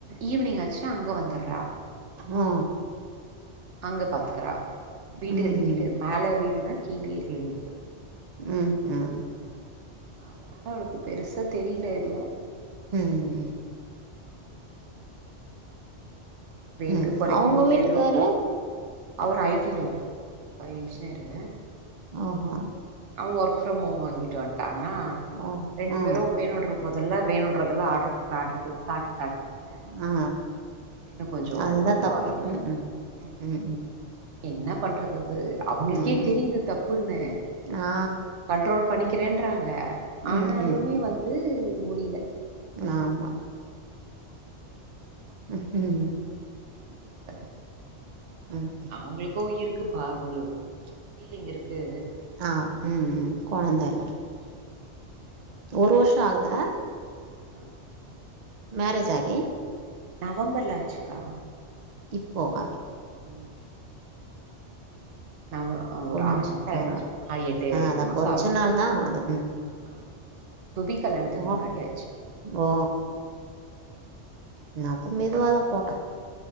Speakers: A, on the right (about 75°); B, on the right (about 45°).
A: ஈவினிங் ஆச்சுன்னா அங்க வந்துடுறா
B: ஆ
A: அங்க பாத்துக்கறா வீட்டு
B: ம்
A: வீட்டு
B: ம்
A: மேல வீடுனா கீழே கிளினிக்கு
B: ம் ம்
A: அதனால அவளுக்கு பெருசா தெரியல எதுவு
B: ம்
A: வெயிட்ட
B: ம்
A: குறைக்கணும்ட்டு
B: அவங்க வீட்டுக்காரு
A: எதோ அவரு ஐ டி ல ஒர்க் பண்றாப்பா இன்ஜினியரு
B: ஆஹா
A: அவ ஒர்க் ஃப்ரம் ஹோம் வாங்கிட்டு வந்துட்டானா
B: ஓ
A: ரெண்டு
B: ஆ
A: பேரும் வேணும்ன்ற போதல்ல வேணும்ன்றதல்ல ஆடர்ரு போட்டு ஆடர்ரு போட்டு சாப்ட்டு சாப்ட்டு வேற
B: ஆ
A: இன்னு கொஞ்சோ
B: அதுதா
A: இதுவாறாங்க
B: தப்பு உம்
A: ம்ஹூம்
B: உம்
A: என்ன பண்றது அது அவங்களுக்கே
B: ம் ம்
A: தெரியுது தப்புன்னு
B: ஆ
A: கண்ட்ரோல் பண்ணிக்கிறேன்றாங்க ஆனாலுமே
B: ம் ம்
A: வந்து முடியல
B: ஆமா ம்
A: நீ என்ன பண்ற
B: ம்
A: அவங்களுக்கு இருக்கு பா ஒரு ஃபீலிங் இருக்கு
B: ஆ ம் ம் கொழந்த
A: இவ்ளோ
B: இல்ல
A: நாள்‌ ஆச்சே அப்டின்னு சொல்லிட்டு
B: ஒரு வருஷ ஆகுதா
A: ஆ
B: மேரேஜ் ஆகி
A: நவம்பர்ல ஆச்சுக்கா
B: இப்போவா
A: ம் நாம ஒரு
B: கொஞ்ச
A: ஆறு மாசம் ஆயிடுச்சு
B: ஆ
A: ஆஹ் எட்டு எட்டு
B: அதா
A: மாசம்
B: கொஞ்ச
A: ஆகுது
B: நாள் தா ஆகுது
A: ம் ஆமா சுபி கல்யாணத்துக்கு
B: போட்டோ
A: முன்னாடி ஆயிச்சு
B: ஓ
A: <unintelligible>
B: நா அப்ப மெதுவாதா போட்டோ